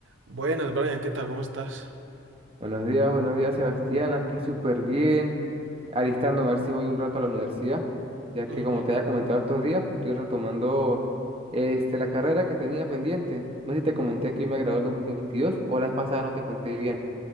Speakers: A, on the right; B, on the right.
A: Buenas, Brian, ¿qué tal? ¿Cómo estás?
B: Buenos días, buenos días, Sebastián. Aquí súper bien. Alistándome a ver si voy un rato a la universidad, ya
A: Ujú.
B: que como te había comentado estos días, pues estoy retomando este, la carrera que tenía pendiente. No sé si te comenté que yo me gradué el 2022 o la vez pasada no te conté bien.